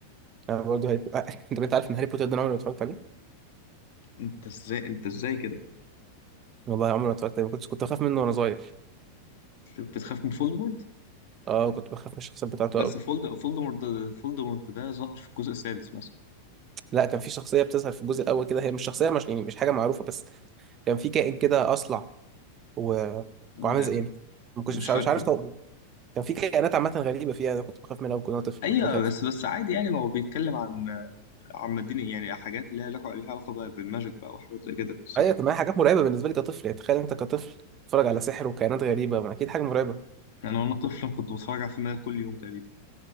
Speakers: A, on the right; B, on the left.
A: انا برضه هاري بوتر <laughs> انت انت عارف ان هاري بوتر ده انا عمري ما اتفرجت عليه
B: انت ازاي انت ازاي كده
A: والله عمري ما اتفرجت عليه كنت كنت بخاف منه وانا صغير
B: بتخاف من فولدمورت
A: اه كنت بخاف من الشخصيات بتاعته
B: بس
A: قوي
B: فولد فولدمورت فولدمورت ده ظهر في الجزء السادس مثلا
A: لا كان في شخصية بتظهر في الجزء الأول كده هي مش شخصية مش يعني مش حاجة معروفة بس كان في كائن كده أصلع و... وعامل
B: ده
A: زي يعني ما كنتش
B: مش
A: مش
B: فاكره
A: عارف مش عارف طبعا. كان في كائنات عامة غريبة فيها أنا كنت بخاف منها وكنت وأنا طفل
B: ايوه
A: كنت بخاف
B: بس بس عادي يعني ما هو بيتكلم عن عن مدينة يعني حاجات اللي هي لها ليها علاقه بقى بالماجيك بقى وحاجات زي كده صح
A: أيوة كان معايا حاجات مرعبة بالنسبة لي كطفل يعني تخيل أنت كطفل تتفرج على سحر وكائنات غريبة ما أكيد حاجة مرعبة
B: يعني انا وانا طفل كنت بتفرج على الفيلم ده كل يوم تقريبا